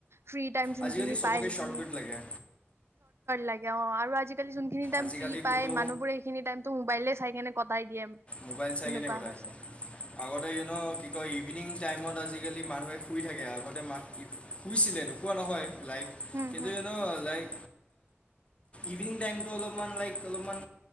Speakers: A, on the right; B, on the left.
A: ফ্ৰী টাইম যোনখিনি
B: আজিকালি চবকে
A: পায় সেইখিনি
B: শ্বৰ্টকুট লাগে
A: লাগে অ আৰু আজি আজাকালি যোনখিনি টাইম
B: আজিকালি
A: ফ্ৰী পায়
B: কোনো
A: মানুবোৰে সেইখিনি টাইমটো মোবাইলে চাই চাই কেনে কটাই দিয়ে।
B: মোবাইল চাই
A: সেনেকুৱা
B: কেনে কটাই,
A: হৈছে
B: আগতে ইউ ন' কি কয় ইভিনিং টাইমত আজি আজিকালি মানুহে শুই থাকে আগতে মা শুইছিলে নোসোৱা নহয়। লাইক
A: উম
B: কিন্তু
A: হম
B: ইউ ন' লাইক ইভিনিং টাইমটো অলপমান লাইক অলপমান